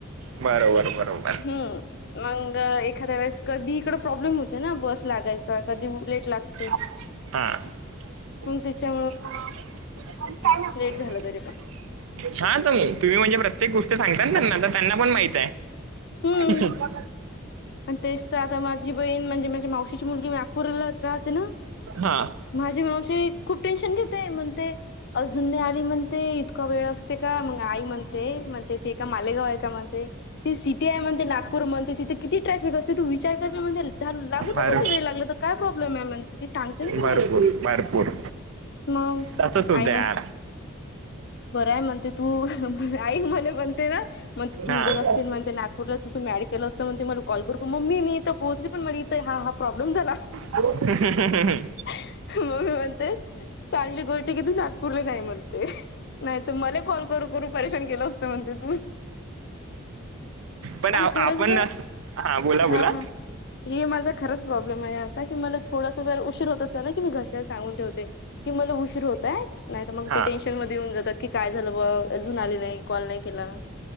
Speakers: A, on the right (about 80°); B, on the left (about 55°).
A: बरोबर बरोबर
B: हम्म मग एखाद्या वेळेस कधी इकड प्रॉब्लेम होते ना बस लागायचा कधी लेट लागते
A: ह
B: पण तेच्या
A: <unintelligible>
B: झालं तरी पण
A: हा तुम्ही म्हणजे प्रत्येक गोष्ट सांगता त्यांना तर त्यांना पण माहित आहे
B: हम्म
A: अचछा
B: आणि तेच तर आता माझी बहीण म्हणजे माझ्या मावशीची मुलगी नागपूरलाच राहते ना
A: हा
B: माझे मावशी खूप टेन्शन घेते म्हणते अजून आली म्हणते ते इतका वेळ असते का मग आई म्हणते म्हणते ते का मालेगाव आहे का म्हणते ते सिटी आय म्हणते नागपूर म्हणते तिथे किती ट्रॅफिक असते तू विचार ना म्हणे झा लागू दे
A: भर
B: म्हण वेळ लागल तर काय प्रॉब्म आहे म्हण त ते सांगते तुला
A: भरपूर भरपूर
B: मग
A: तसंच होतं
B: आई
A: यार
B: म बरंय म्हणते तू आई मला म्हणते ना मग ते तुझे
A: हा
B: र असतील म्हण ते नागपूरला तू तू मॅडिकल असल मग मला कॉल करू मग मी इथं पोहचली पण मग हा हा प्रॉब्लेम झाला
A: ह
B: मगमी म्हणते चांगली गोष्टष्टी किथून नागपूरले नाही म्हणते नाही मला कॉल करू करू परेशान केलं असतं म्हणते तू
A: पण
B: आणि
A: आपण
B: खरंच बरं
A: हा बोला बोला
B: हा हा. हे माझा खरंच प्रॉब्लेम आहे असा की मला थोडस जर उशीर होत असत ना की मी घरष सगून ठवते की मला उशीर होतय नाही तर मग
A: हा
B: ते टेन्शन म येऊन जातात की काय झालं ब अजून आले नाही कॉल नाही केला